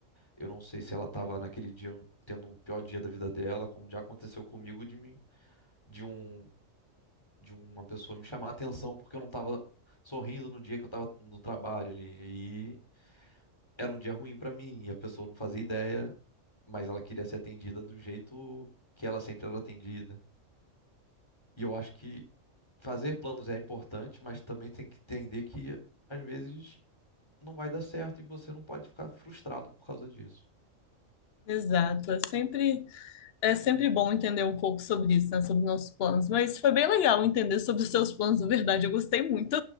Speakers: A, on the left; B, on the left.
A: Eu não sei se ela estava naquele dia tendo o pior dia da vida dela, como já aconteceu comigo de mim, de um de uma pessoa me chamar a atenção porque eu não estava sorrindo no dia que eu estava no trabalho ali. E era um dia ruim pra mim e a pessoa não fazia ideia, mas ela queria ser atendida do jeito que ela sempre era atendida. E eu acho que fazer planos é importante, mas também tem que entender que às vezes não vai dar certo e você não pode ficar frustrado por causa disso.
B: Exato. É sempre. É sempre bom entender um pouco sobre isso, né? Sobre nossos planos. Mas foi bem legal entender sobre os seus planos, na verdade. Eu gostei muito.